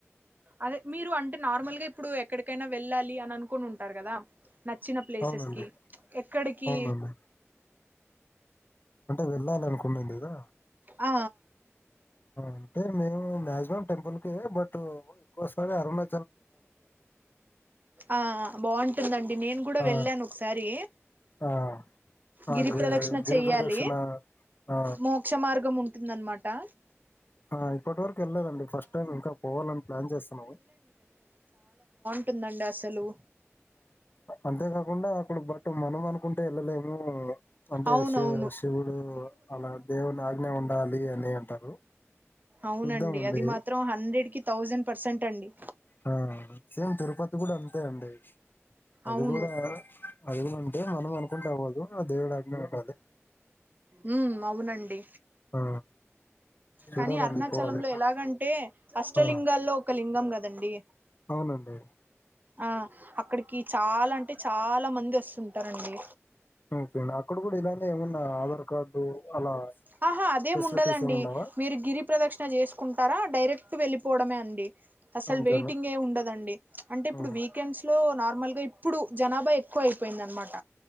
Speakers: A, on the right; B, on the left.
A: అదే మీరు అంటే నార్మల్గా ఇప్పుడు ఎక్కడికైనా వెళ్ళాలి అని అనుకుని ఉంటారు కదా నచ్చిన ప్లేసెస్
B: అవునండి
A: కి ఎక్కడికి
B: అవునండి అంటే వెళ్ళాలి అనుకున్నంది కదా
A: ఆ
B: అంటే మేము మాక్సిమం టెంపుల్ కే బట్ ఇంకోసారి అరునా
A: ఆ బాగుంటుందండి నేను కూడా
B: ఆ,
A: వెళ్ళాను ఒకసారి
B: ఆ, ఆ,
A: గిరి
B: గి-
A: ప్రదక్షిణ
B: గిరి
A: చెయ్యాలి
B: ప్రదక్షిణ ఆ,
A: మోక్ష మార్గం ఉంటుంద అనమాట కా
B: ఆ పట్ ళ్ళదండి ఫస్ట్ టైం ఇంకా పోవాలని ప్లాన్ చేస్తన్నావు
A: కట్ం అస్సలు
B: అంతేకాకుండా అక్కడు బట్ మనం అనుకుంటే వెళ్ళలేము అంటే
A: అవునవును
B: శి శివుడు అలా దేవుని ఆజ్ఞ ఉండాలి అని అంటారు
A: అవునండి
B: చూద్దాం అండి
A: అది మాత్రం హండ్రెడ్ కి థౌజండ్ పర్సెంట్ అండి
B: ఆ సేమ్ తిరుపతి కూడా అంతే అండి అదికూడా
A: అవును
B: అదినంటే మనం అనుకుంటే అవ్వదు ఆ దేవు అగ్నే ఉండాలి
A: ఉ అవునండి
B: ఆ చూడాలండి
A: కానీ అరుణాచలంలో
B: పోవాలి
A: ఎలాగంటే అష్టలింగాల్లో
B: ఆ
A: ఒక లింగం కదండి
B: అవునండి
A: ఆ అక్కడికి కి చాలా అంటే చాలా మంది వస్తుంది ఉంటారండి
B: ఓకే అక్కడ కూడా ఇద ఏమన్నా ఆధార్ కార్డు అలా
A: ఆహా అదే
B: ఫెసిలిటీస్
A: ఉండదండి
B: ఏమి ఉండవా
A: మీరు గిరి ప్రదక్షిణ చేసుకుంటారా డైరెక్ట్ వెళ్ళిపోవడమే అండి డి అసలు
B: అంతేనా
A: వెయిటింగ్ ఏ ఉండదండి అంటే ఇప్పుడు
B: ఆ
A: వీకెండ్స్ లో నార్మల్ గా ఇప్పుడు జనాభా ఎక్కువ అయిపోయిందనమాట